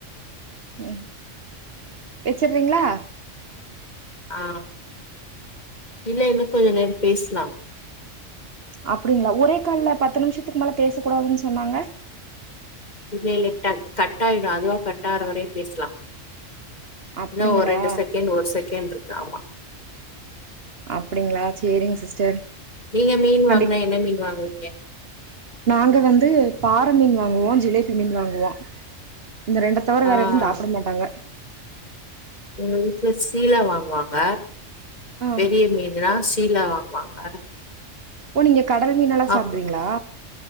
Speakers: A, on the right; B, on the left.
A: ம் வெச்சுறீங்களா
B: ஆம் இல்ல இன்னு கொஞ்ச நேரம் பேஸ்லாம்
A: அப்டிங்களா ஒரே கால்ல பத்து நிம்ஷத்துக்கு மேல பேச கூடாதுன் சொன்னாங்க
B: இல்ல இல்ல டக் கட்டாயிடும் அதுவா கட்டாற வரையு பேஸ்லா
A: அப்டிங்களா
B: இன்னு ஒரு ரெண்டு செகண்ட் ஒரு செகண்ட்ருக்கு ஆமா
A: அப்படிங்ளா சேரிங்க சிஸ்டர்
B: நீங்க மீன்
A: கண்டிப்
B: வாங்கனா என்ன மீன் வாங்குவி
A: நாங்க வந்து பாற மீன் வாங்குவோ ஜிலேபி மீன் வாங்குவோ இந்த ரெண்ட தவர வேற
B: ஆ
A: எதும் சாப்பட மாட்டாங்க
B: எங்க வீட்ல சீலா வாங்குவாங்க
A: ஆ
B: பெரிய மீன்னா சீலா வாங்குவாங்க
A: ஓ நீங்க கடல் மீன்னெல்லா
B: அப்
A: சாப்புடுவீங்களா